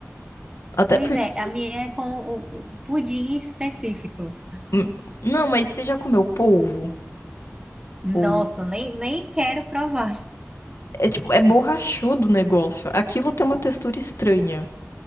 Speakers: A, on the left (about 60°); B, on the right (about 15°).
A: Até
B: Pois
A: porque
B: é, a minha é com o o pudim específico.
A: Hum, Não, mas você já comeu polvo?
B: Nossa,
A: Ou...
B: nem, nem quero provar.
A: É tipo, é borrachudo o negócio. Aquilo tem uma textura estranha,